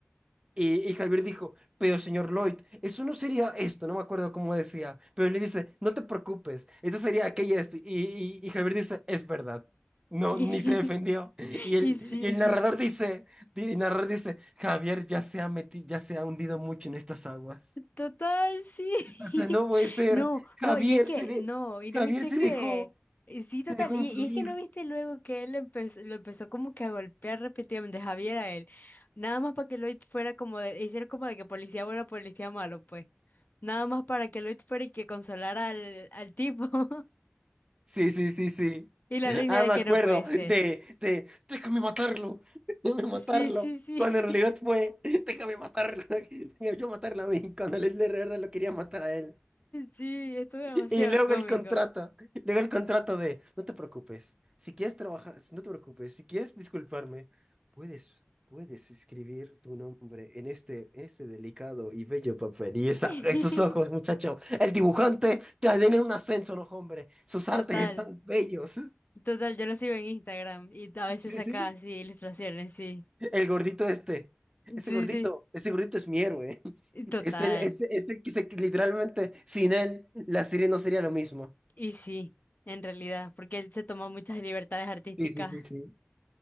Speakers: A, on the right (about 20°); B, on the left (about 45°).
A: y, y Javier dijo, pero señor Lloyd, eso no sería esto, no me acuerdo cómo decía, pero él le dice, no te preocupes, esto sería aquello esto. Y, y, y Javier dice, es verdad. No,
B: <laughs>
A: ni se defendió. Y el,
B: Y, sí,
A: y el
B: sí.
A: narrador dice, di- el narrador dice, Javier ya se ha meti- ya se ha hundido mucho en estas aguas.
B: Total, sí.
A: O sea, no puede
B: <laughs>
A: ser.
B: No,
A: Javier
B: no, y es que,
A: se de-
B: no, y
A: Javier
B: no viste
A: se
B: que.
A: dejó,
B: y Sí, total.
A: se dejó
B: Y,
A: influir.
B: y es que no viste luego que él empezó, lo empezó como que a golpear repetidamente Javier a él. Nada más para que Lloyd fuera como de, hiciera como de que policía bueno, policía malo, pues. Nada más para que Lloyd fuera y que consolara al, al tipo. <laughs>
A: Sí, sí, sí, sí.
B: Y la reina
A: Ah,
B: de
A: me
B: que
A: acuerdo
B: no puede ser.
A: de, de, déjame matarlo, déjame matarlo.
B: Sí, sí, sí.
A: Cuando en realidad
B: <laughs>
A: fue, déjame matarlo, <laughs> déjame yo matarlo a mí, cuando Leslie de verdad lo quería matar a él.
B: Sí, estuvo demasiado
A: Y luego
B: cómico.
A: el contrato, luego el contrato de, no te preocupes, si quieres trabajar, si no te preocupes, si quieres disculparme, puedes, puedes escribir tu nombre en este, en este delicado y bello papel. Y esa,
B: <laughs>
A: esos ojos, muchacho, el dibujante te den un ascenso, no, hombre, sus artes
B: Total,
A: están bellos. <laughs>
B: total, yo lo sigo en Instagram y a veces
A: Sí,
B: saca
A: sí.
B: así ilustraciones, sí.
A: El gordito este.
B: Sí,
A: Ese gordito,
B: sí,
A: ese gordito es mi héroe. <laughs>
B: y total.
A: Es el, ese, ese que se- que literalmente sin él la serie no sería lo mismo.
B: Y sí, en realidad, porque él se tomó muchas libertades artísticas.
A: Sí, sí, sí, sí.